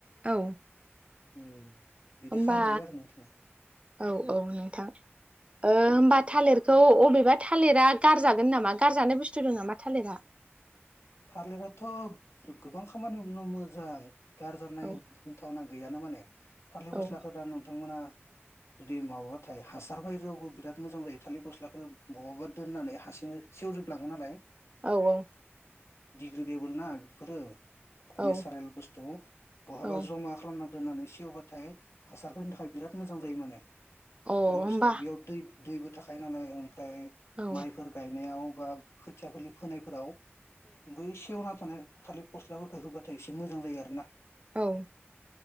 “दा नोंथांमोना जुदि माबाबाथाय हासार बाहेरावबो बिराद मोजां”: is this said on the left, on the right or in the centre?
Left